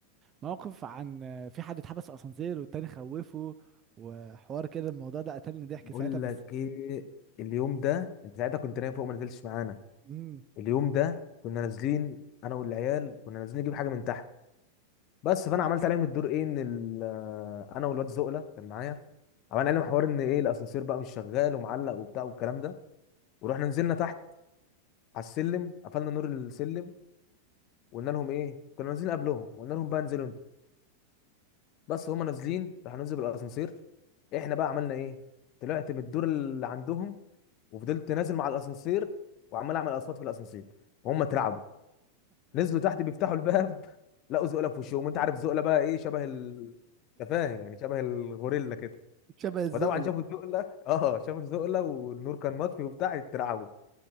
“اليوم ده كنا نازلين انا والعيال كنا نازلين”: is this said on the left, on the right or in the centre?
Left